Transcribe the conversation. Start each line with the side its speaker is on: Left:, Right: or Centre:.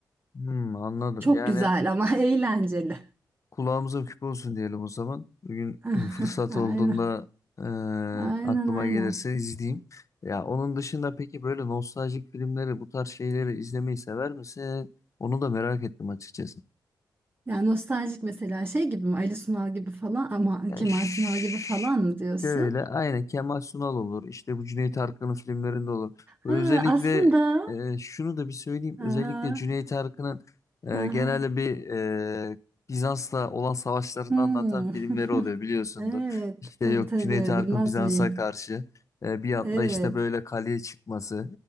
Left: Hmm, anladım.
Right: Çok
Left: Yani
Right: güzel ama <laughs> eğlenceli.
Left: kulağımıza küpe olsun diyelim o zaman. Bugün
Right: <laughs>
Left: fırsat
Right: Aynen.
Left: olduğunda e,
Right: Aynen
Left: aklıma
Right: aynen.
Left: gelirse izleyeyim. Ya onun dışında peki böyle nostaljik filmleri, bu tarz şeyleri izlemeyi sever misin? Onu da merak ettim açıkçası.
Right: Yani nostaljik mesela şey gibi mi? Ali Sunal gibi falan ama
Left: Ya
Right: Kemal
Left: ş-
Right: Sunal gibi falan mı diyorsun?
Left: şöyle aynı Kemal Sunal olur. İşte bu Cüneyt Arkın'ın filmlerinde olur. Ve
Right: Ha,
Left: özellikle
Right: aslında.
Left: e, şunu da bir söyleyeyim. Özellikle
Right: Aha,
Left: Cüneyt Arkın'ın e,
Right: aha.
Left: genelde bir e, Bizans'la olan savaşlarını
Right: Hmm.
Left: anlatan filmleri
Right: <laughs>
Left: oluyor biliyorsundur.
Right: Evet.
Left: İşte
Right: Tabii
Left: yok
Right: tabii.
Left: Cüneyt Arkın
Right: Bilmez
Left: Bizans'a
Right: miyim?
Left: karşı e, bir atla
Right: Evet.
Left: işte böyle kaleye çıkması,